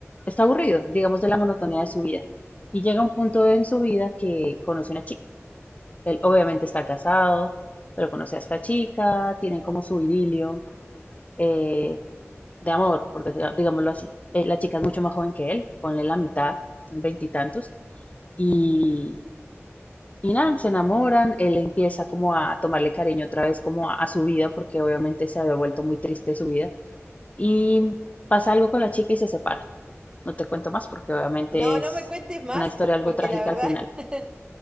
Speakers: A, on the left (about 30°); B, on the right (about 20°).
A: está aburrido, digamos, de la monotonía de su vida. Y llega un punto en su vida que conoce a una chica él obviamente está casado, pero conoce a esta chica, tienen como su idilio eh, de amor, por decir- digámoslo así. Eh, la chica es mucho más joven que él, ponle la mitad, veintitantos, y, y nada, se enamoran, él empieza como a tomarle cariño otra vez como a, a su vida, porque obviamente se había vuelto muy triste su vida, y pasa algo con la chica y se separan. No te cuento más porque obviamente
B: No, no
A: es
B: me cuentes más,
A: una historia algo
B: porque
A: trágica
B: la verdad
A: al final.
B: <laughs>